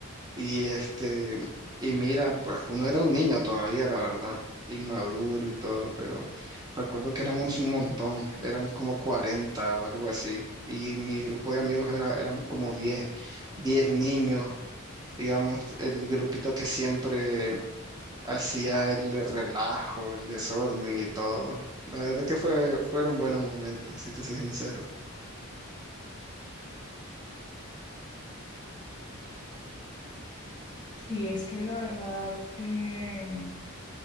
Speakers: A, on the right; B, on the left.
A: y este y mira, pues uno era un niño todavía, la verdad, inmaduro y todo, pero recuerdo que éramos
B: <laughs>
A: un montón, éramos como 40 o algo así, y mi grupo de amigos era, éramos como diez diez niños digamos, el grupito que siempre hacía el relajo, el desorden y todo. La verdad que fue, fueron buenos momentos, si te soy sincero.
B: Sí, es que la verdad, eh,